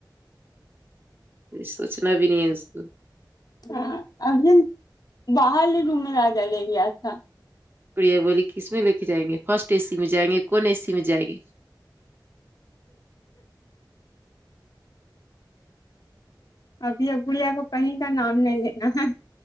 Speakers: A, on the right (about 30°); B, on the left (about 55°).
A: کچھ سوچنا بھی نہیں ہے اس کو
B: ہاں اب باہر ل ر میں راجا لے لیا تھا
A: گڑیا بولی کس میں لے کے جائیں گے فرسٹ اے سی میں جائیں گے کون اے سی میں جا ئیں گے
B: ابھی ا بڑیا کو کہیں کا نام نہیں لینا ہے